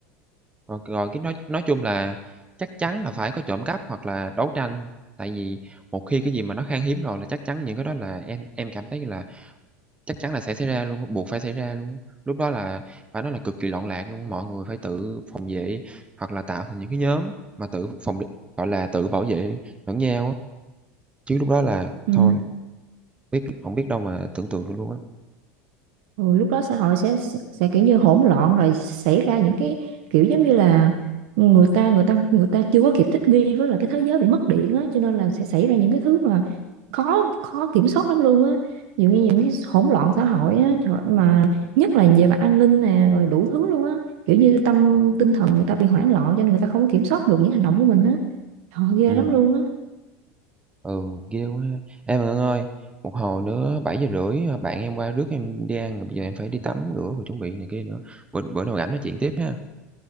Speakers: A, on the right (about 15°); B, on the right (about 70°).
A: Rồi rồi cái nói nói chung là chắc chắn là phải có trộm cắp hoặc là đấu tranh, tại vì một khi cái gì mà nó khan hiếm rồi là chắc chắn những cái đó là em em cảm thấy là chắc chắn là sẽ xảy ra luôn á, buộc phải xảy ra luôn á. Lúc đó là phải nói là cực kỳ loạn lạc luôn, mọi người phải tự phòng vệ hoặc là tạo thành những cái nhóm mà tự phòng gọi là, tự bảo vệ lẫn nhau á, chứ lúc đó là
B: Ừ.
A: thôi, biết hổng biết đâu mà tưởng tượng được luôn á.
B: ừ, lúc đó xã hội sẽ sẽ kiểu như hỗn loạn rồi xảy ra những cái kiểu giống như là người ta người ta người ta chưa có kịp thích nghi với là cái thế giới bị mất điện á cho nên là sẽ xảy ra những cái thứ mà khó khó kiểm soát lắm luôn á ví dụ như những cái hỗn loạn xã hội á trời ơi, mà nhất là về mặt an ninh nè rồi đủ thứ luôn á kiểu như tâm tinh thần người ta bị hoảng loạn cho nên người ta không có kiểm soát được những hành động của mình á trời ơi, ghê
A: Ừm.
B: lắm luôn á
A: Ừ, ghê quá ha. Ê mà Ngân ơi, một hồi nữa bảy giờ rưỡi ờ, bạn em qua rước em đi ăn rồi bây giờ em phải đi tắm rửa và chuẩn bị này kia nữa. Bữa bữa nào rảnh nói chuyện tiếp ha.